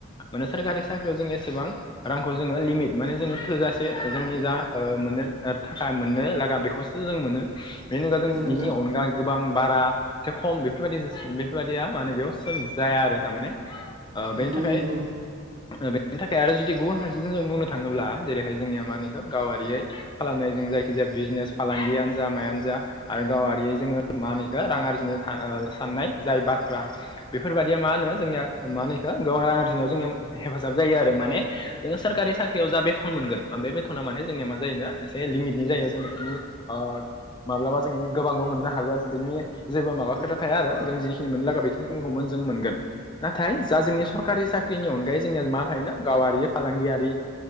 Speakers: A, on the left (about 25°); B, on the right (about 40°).
A: माने सोरखारि साख्रियाव जों एसेबां रांखौ जोङो लिमिट माने जोङो थोजासे जोंनि जा मोननो थाखाया मोननो लागा बेखौसो जों मोनो। बेनो अनगा जों
B: औ नोंथां
A: बिनि अनगा गोबां बारा एसे खम बेफोर बायदि बेफोर बायदिया माने बेयाव जाया आरो थार माने। ओ
B: नंगौ
A: बेनि थाखाय
B: नंगौ
A: बेनि थाखाय आरो जुदि गुबुन फारसेथि जों बुंनो थाङोब्ला जेरैहाय जोंनिया मा होनो इखौ गावारियै खालामनाय जों जायखि जाया बिजनेस फालांगियानो जा मायानो जा आरो गावारि जोङो मा होनो इखौ रां आरजिनो साननाय जाय बाथ्रा बेफोरबायदिया मा होनो जोंनिया मा होनो इखो गोबां रां आरजिनायाव जोंङो हेफाजाब जायो आरो माने जोङो सोरखारि साख्रियाव जा बेथन मोनगोन बेथना माने जोंनिया मा जायो एसे लिमिटनि जायो जों माब्लाबा जों एनि गोबांबो मोननो हागोन बिनि जेबो माबा खोथा थाया आरो जों जिखिनि मोननो लागा बेखिनिखिनिखौ जों मोनगोन। नाथाय जा जोंनि सरकारि साख्रिनि अनगायै जोंनिया मा थायोना गावारि फालांगियारि